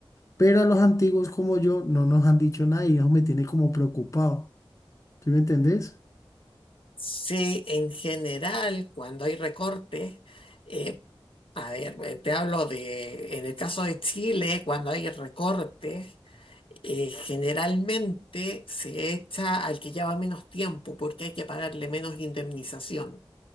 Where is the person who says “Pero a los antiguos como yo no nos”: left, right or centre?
Left